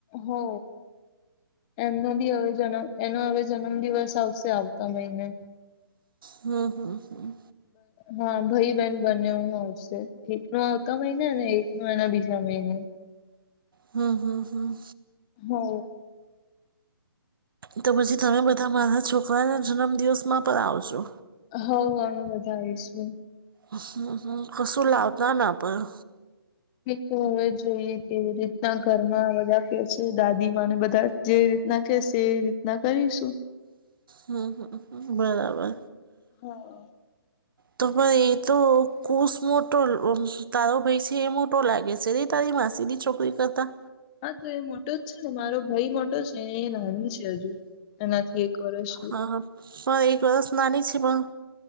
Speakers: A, on the left (about 20°); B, on the right (about 65°).
A: હો એમનો બી હવે જનમ એનો હવે જન્મ દિવસ આવશે આવતા મહિને.
B: હમમ હમમ હમમ.
A: હા ભાઈ બેહેન બનેવું આવશે એક નો આવતા મહિને ને એક નો એના બીજા મહિને
B: હમ હમ હમ.
A: હો
B: તો પછી તમે બધા મારા છોકરાના જન્મદિવસમાં પણ આવજો
A: હ આમે બાવશું
B: હમ હમ કશું લાવતા પણ
A: તો હવે જોઈએ કે રીતના ઘરમાં બધા કે છે દાદીમાંને બધા જે રીતના કેશે એ રીતના કરીશું
B: હમ હ બરાબર
A: હા
B: તો પણ એ તો કુશ મોટો તારો ભાઈ છે એ મોટો લાગે છે ર તારી માસીની ચોખ તઈ કતા
A: હા તો એ મોટો જ છે ને મારો ભાઈ મોટો છે એ નાની છે હજુ એનાથી એક વર્ષ
B: હા હા પણ એક વરષ નાની છે પણ